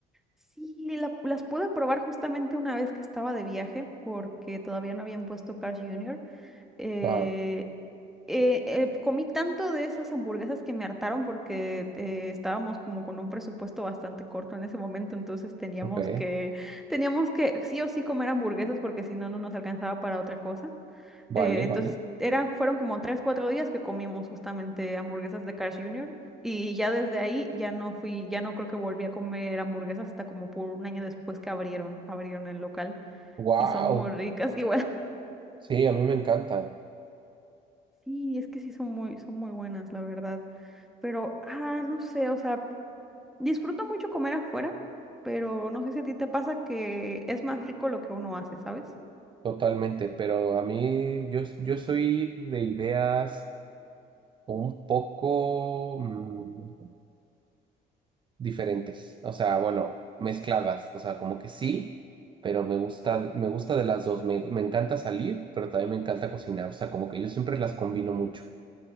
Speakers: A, in the centre; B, on the right.
A: Sí, la- las pude probar justamente una vez que estaba de viaje porque todavía no habían puesto Carl's Jr. eh,
B: Wow.
A: eh, eh, comí tanto de esas hamburguesas que me hartaron porque eh, estábamos como con un presupuesto bastante corto en ese momento, entonces teníamos
B: Ok.
A: que, teníamos que sí o sí comer hamburguesas porque si no, no nos alcanzaba para otra cosa.
B: Vale,
A: Eh, entonces
B: vale.
A: eran, fueron como tres, cuatro días que comimos justamente hamburguesas de Carl's Jr. Y ya desde ahí ya no fui, ya no creo que volví a comer hamburguesas hasta como por un año después que abrieron, abrieron el local
B: Wow.
A: y son muy ricas. <laughs> Y
B: Sí, a mí me encantan,
A: Sí, es que sí son muy, son muy buenas, la verdad. Pero, ah, no sé, o sea, disfruto mucho comer afuera, pero no sé si a ti te pasa que es más rico lo que uno hace, ¿sabes?
B: totalmente, pero a mí, yo, yo soy de ideas. un poco mm, diferentes, o sea, bueno, mezcladas, o sea, como que sí, pero me gusta, me gusta de las dos, me, me encanta salir, pero también me encanta cocinar, o sea, como que yo siempre las combino mucho.